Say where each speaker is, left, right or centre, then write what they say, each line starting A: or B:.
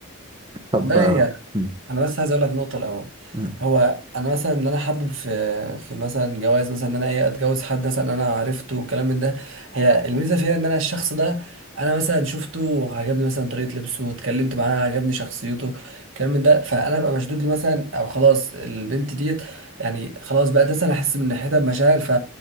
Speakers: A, on the right; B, on the right.
A: طب
B: والله
A: آه، م-
B: انا بس عايز اقول لك نقطه الاول
A: م-
B: هو انا مثلا ان انا حابب في في مثلا جواز مثلا ان انا ايه اتجوز حد مثلا انا عرفته وكلام من ده هي الميزه فيها ان انا الشخص ده انا مثلا شفته وعجبني مثلا طريقه لبسه واتكلمت معاه عجبني شخصيته كلام من ده فانا ببقى مشدود له مثلا او خلاص البنت ديت يعني خلاص بقى ده انا احس من ناحيتها بمشاعر ف